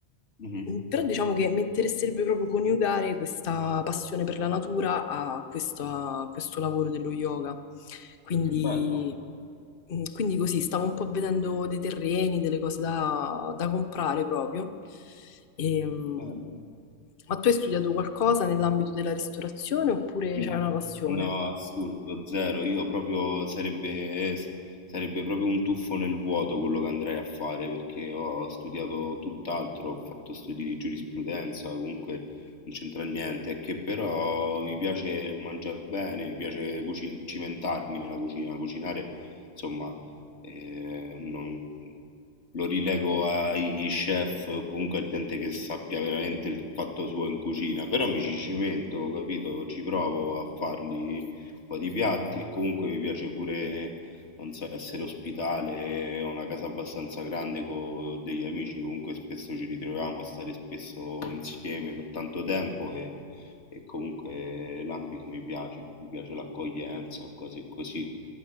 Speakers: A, on the left; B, on the left.
A: Mh-mh.
B: Mm, Però diciamo che mi interesserebbe proprio coniugare questa passione per la natura a questo, a questo lavoro dello yoga. Quindi,
A: Che bello,
B: mm, quindi così, stavo un po' vedendo dei terreni, delle cose da, da comprare proprio. E, mm,
A: bello.
B: ma tu hai studiato qualcosa nell'ambito della ristorazione oppure
A: Mh.
B: c'è una passione?
A: No, assurdo, zero. Io proprio sarebbe s sarebbe proprio un tuffo nel vuoto quello che andrei a fare, perché ho studiato tutt'altro, ho fatto studi di giurisprudenza, comunque non c'entra niente, è che però mi piace mangiar bene, mi piace cuci cimentarmi nella cucina, cucinare, insomma, ehm, non Lo rilego ai chef, o comunque a gente che sappia veramente il fatto suo in cucina, però mi ci cimento, capito? Ci provo a farli un po' di piatti e comunque mi piace pure, non so, essere ospitale, ho una casa abbastanza grande con degli amici, comunque spesso ci ritroviamo a stare spesso insieme per tanto tempo e, e comunque l'ambito mi piace, mi piace l'accoglienza, cose così.